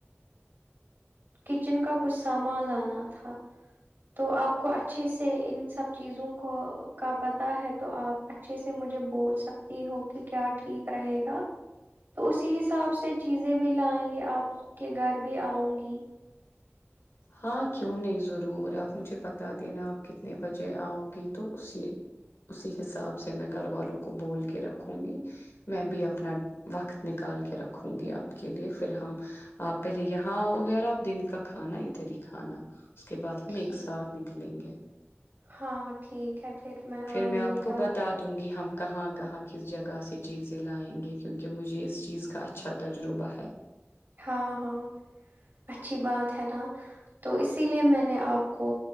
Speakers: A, on the right; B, on the left.
A: کچن کا کچھ سامان لانا تھا تو آپ کو اچھے سے ان سب چیزوں کو کا پتا ہے تو آپ اچھے سے مجھے بول سکتی ہو کہ کیا ٹھیک رہے گا تو اسی حساب سے چیزیں بھی لائیں گے آپ کے گھر بھی آؤں گی
B: ہاں کیوں نہیں ضرور آپ مجھے بتا دینا آپ کتنے بجے آؤ گی تو اسی اسی حساب سے میں گھر والوں کو بول کے رکھوں گی میں بھی اپنا وقت نکال کے رکھوں گی آپ کے لیے پھر ہم آپ پہلے یہاں آؤ گے آپ دن کے کا کھانا ادھر ہی کھانا اس کے بعد ہم
A: ٹھیک
B: ایک ساتھ نکلیں گے
A: ہاں ٹھیک ہے پھر
B: پھر
A: آؤں
B: میں آپ
A: گی
B: کو
A: کل
B: بتا دوں گی ہم کہاں کہاں کس جگہ سے چیزیں لائیں گے کیونکہ مجھے اس چیز کا اچھا تجربہ ہے
A: ہاں ہاں اچھی بات ہے نا تو اسی لیے میں نے آپ کو